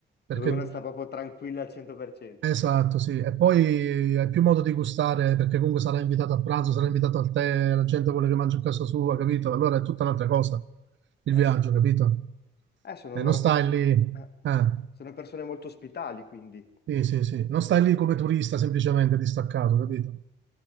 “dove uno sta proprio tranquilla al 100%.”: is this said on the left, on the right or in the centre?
Left